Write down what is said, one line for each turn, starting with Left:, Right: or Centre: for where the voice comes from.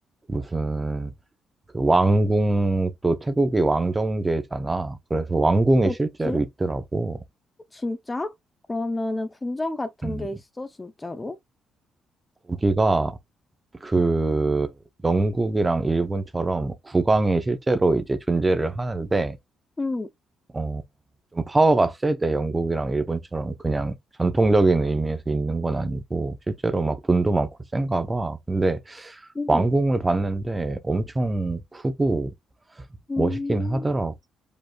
Right: 무슨, 그 왕궁 또 태국이 왕정제잖아. 그래서 왕궁이
Left: 그렇지?
Right: 실제로 있더라고.
Left: 진짜? 그러면은 궁전 같은
Right: 음,
Left: 게 있어? 진짜로?
Right: 거기가 그 영국이랑 일본처럼 국왕이 실제로 이제 존재를 하는데
Left: 응.
Right: 어, 좀 파워가 세대 영국이랑 일본처럼 그냥 전통적인 의미에서 있는 건 아니고 실제로 막 돈도 많고 센가 봐. 근데
Left: 응.
Right: 왕궁을 봤는데 엄청 크고
Left: 응.
Right: 멋있긴 하더라고.